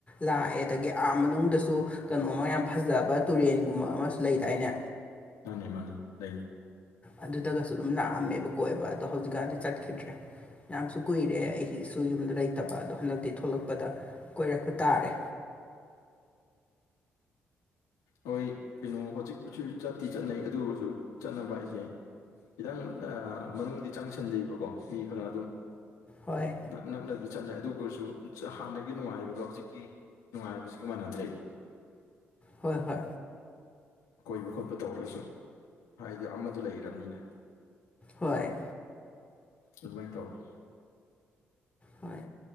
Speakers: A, on the left (about 20°); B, on the left (about 75°).
A: ꯂꯥꯛꯑꯦ ꯑꯗꯒꯤ ꯑꯥ ꯃꯅꯨꯡꯗꯁꯨ ꯀꯩꯅꯣꯝꯃ ꯌꯥꯝ ꯐꯖꯕ ꯇꯨꯔꯦꯟꯒꯨꯝꯕ ꯑꯃꯁꯨ ꯂꯩꯗꯥꯏꯅꯦ
B: ꯃꯥꯅꯦ ꯃꯥꯅꯦ ꯂꯩ
A: ꯑꯗꯨꯗꯒꯁꯨ ꯑꯗꯨꯝ ꯂꯥꯛꯑꯝꯃꯦꯕ ꯀꯣꯏꯕ ꯑꯗꯣ ꯍꯧꯖꯤꯛꯀꯥꯟꯗꯤ ꯆꯠꯈꯤꯗ꯭ꯔꯦ ꯌꯥꯝꯁꯨ ꯀꯨꯏꯔꯦ ꯑꯩꯁꯨ ꯌꯨꯝꯗ ꯂꯩꯇꯕ ꯑꯗꯣ ꯍꯟꯗꯛꯇꯤ ꯊꯣꯛꯂꯛꯄꯗ ꯀꯣꯏꯔꯛꯄ ꯇꯥꯔꯦ
B: ꯍꯣꯏ ꯀꯩꯅꯣ ꯍꯧꯖꯤꯛꯄꯨ ꯁꯨ ꯆꯠꯇꯤ ꯆꯠꯅꯩ ꯑꯗꯨꯄꯨꯁꯨ ꯆꯠꯅꯕ ꯍꯥꯏꯁꯦ ꯈꯤꯇꯪ ꯑ ꯃꯅꯨꯡꯗꯤ ꯆꯪꯁꯟꯗꯤꯕꯀꯣ ꯃꯤ ꯈꯔ ꯑꯗꯨꯝ꯫
A: ꯍꯣꯏ꯫
B: ꯅꯛ ꯅꯛꯅꯗꯤ ꯆꯠꯅꯩ ꯑꯗꯨ ꯑꯣꯏꯔꯁꯨ ꯍꯥꯟꯅꯒꯤ ꯅꯨꯡꯉꯥꯏꯕꯒ ꯍꯧꯖꯤꯛꯀꯤ ꯅꯨꯡꯉꯥꯏꯕꯁꯤꯒ ꯃꯥꯟꯅꯗ꯭ꯔꯦꯕ
A: ꯍꯣꯏ ꯍꯣꯏ꯫
B: ꯀꯣꯏꯕ ꯈꯣꯠꯄ ꯇꯧꯔꯁꯨ ꯍꯥꯏꯗꯤ ꯑꯃꯗꯣ ꯂꯩꯔꯝꯅꯤꯅ꯫
A: ꯍꯣꯏ꯫
B: ꯑꯗꯨꯃꯥꯏꯟ ꯇꯧꯋꯦ꯫
A: ꯍꯣꯏ